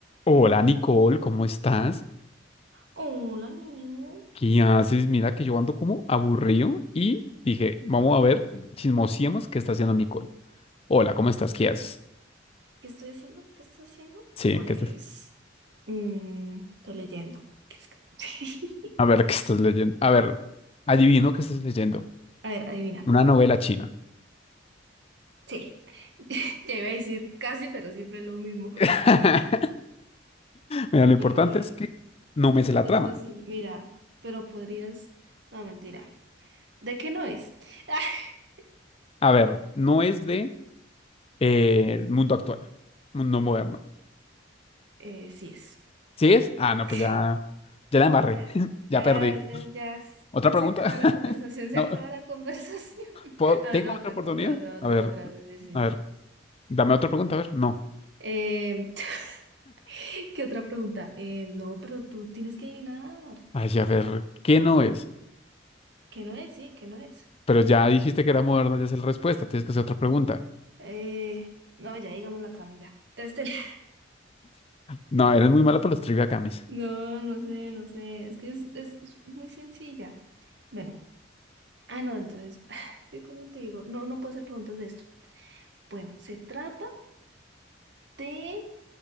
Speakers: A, on the left (about 30°); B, on the right (about 60°).
A: Hola Nicole, ¿cómo estás?
B: Hola, Niu.
A: ¿Qué haces? Mira que yo ando como aburrido y dije, vamos a ver, chismosiemos qué está haciendo Nicole. Hola, ¿cómo estás? ¿Qué haces?
B: ¿Qué estoy haciendo? ¿Qué estoy haciendo?
A: Sí,
B: Pues,
A: ¿qué estás?
B: mm, estoy leyendo. <laughs>
A: A ver, ¿qué estás leyendo? A ver, adivino qué estás leyendo.
B: A ver, adivina.
A: Una novela china.
B: Sí, <laughs> ya iba a decir casi, pero siempre lo mismo.
A: <laughs> Mira, lo importante
B: <laughs>
A: es que no me sé la
B: Es
A: trama.
B: casi, mira, pero podrías... No, mentira. ¿De qué no es? <laughs>
A: A ver, no es de eh, el mundo actual, mundo moderno.
B: Eh, sí es.
A: ¿Sí es? Ah, no, pues
B: <laughs>
A: ya, ya la embarré,
B: Ya,
A: <laughs> ya
B: ya,
A: perdí.
B: ya, ya.
A: ¿Otra
B: Se
A: pregunta?
B: acaba
A: <laughs>
B: la conversación, se
A: No.
B: acaba la conversación. <laughs>
A: ¿Puedo-
B: A
A: ¿Tengo
B: ver, otra,
A: otra oportunidad?
B: otra, otra, otra,
A: A ver,
B: otra. Sí, sí.
A: a ver, dame otra pregunta, a ver, no.
B: Eh, <laughs> ¿Qué otra pregunta? Eh, no, pero tú tienes que adivinar.
A: Ay, a ver, ¿qué no es?
B: ¿Qué no es? Sí, ¿qué no es?
A: Pero ya dijiste que era moderno, ya es la respuesta, tienes que hacer otra pregunta.
B: Eh, no, ya digamos la trama ya. Este- <laughs>
A: No, eres muy malo para los trivia games.
B: No, no sé, no sé. Es que es, es es muy sencilla. Bueno, ah, no, entonces, <laughs> <sighs> ¿qué ¿cómo te digo? No, no puedo hacer preguntas de esto. Bueno, se trata de